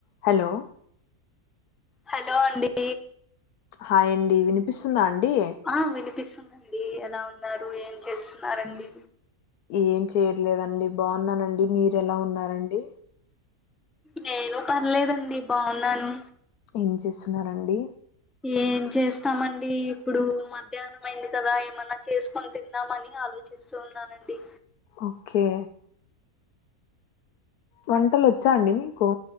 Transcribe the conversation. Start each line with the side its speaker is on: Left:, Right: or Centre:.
Left: Hello
Centre: hello అండి
Left: hi అండి వినిపిస్తుందా అండి
Centre: ఆ వినిపిస్తుందండి ఎలా ఉన్నారు ఏం చేస్తున్నారండి
Left: ఏం చేయ్యట్లేదండి బాగున్నానండి మీరు ఎలా ఉన్నారండి
Centre: నేను పర్లేదండి బాగున్నాను
Left: ఏం చేస్తున్నారండి
Centre: ఏం చేస్తామండి ఇప్పుడు మధ్యాహ్నం అయింది కదా ఏమన్నా చేసుకొని తిందామని ఆలోచ చేస్తూ ఉన్నానండి
Left: ఓకే వంటలు ఒచ్చా అండి మీకు